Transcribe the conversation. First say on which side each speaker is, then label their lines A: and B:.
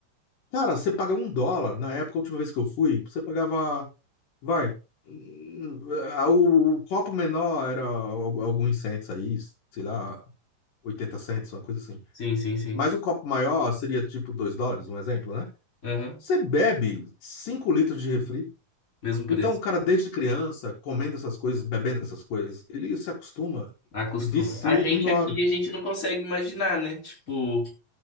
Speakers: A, on the left; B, on the left.
A: cara, você paga um dólar. Na época, a última vez que eu fui, você pagava, vai, hum, ah, o, o copo menor era al- alguns centos aí, sei lá, 80 centos, uma coisa assim.
B: Sim, sim, sim.
A: Mas o copo maior seria tipo 2 dólares, um exemplo, né?
B: Aham.
A: Você bebe 5 litros de refri.
B: Mesmo preço.
A: Então, o cara, desde criança, comendo essas coisas, bebendo essas coisas, ele se acostuma,
B: Acostuma.
A: vicia
B: A gente
A: e engorda.
B: aqui, a gente não consegue imaginar, né? Tipo,